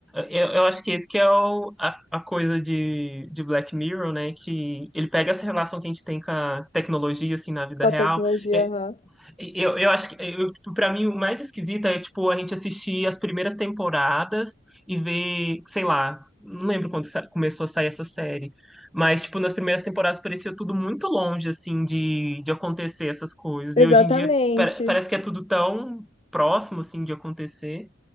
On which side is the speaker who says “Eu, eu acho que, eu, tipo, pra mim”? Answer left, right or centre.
Centre